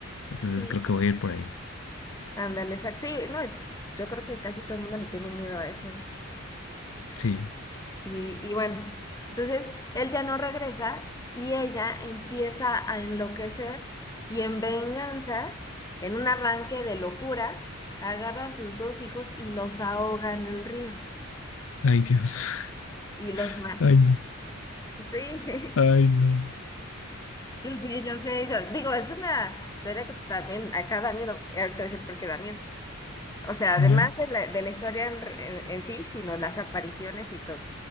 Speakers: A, on the left; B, on the left.
A: Entonces
B: sí,
A: creo que voy a ir por ahí.
B: ándale, exacto, sí, no, y pues, yo creo que casi todo el mundo le tiene miedo a eso, ¿no?
A: Sí.
B: Y, y bueno, entonces él ya no regresa y ella empieza a enloquecer y en venganza, en un arranque de locura, agarra a sus dos hijos y los ahoga en el río
A: Ay, Dios.
B: y los
A: <laughs>
B: mata.
A: Ay, no.
B: Sí,
A: Ay, no.
B: <laughs> yo sé, yo sé, yo- digo, es una historia que pues también acá da miedo, ahorita voy a decir por qué da miedo. O sea,
A: ¿Ya?
B: además de la, de la historia en, en en sí, sino las apariciones y todo.